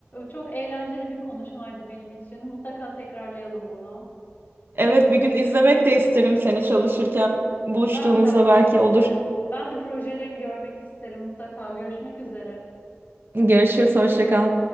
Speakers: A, on the left; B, on the right.
A: Çok eğlenceli bir konuşmaydı benim için. Mutlaka tekrarlayalım bunu.
B: Evet bir gün izlemek de isterim seni çalışırken. Buluştuğumuzda
A: Ben de aynı
B: belki
A: şekilde.
B: olur.
A: Ben de projelerini görmek isterim mutlaka. Görüşmek üzere.
B: Görüşürüz, hoşça kal.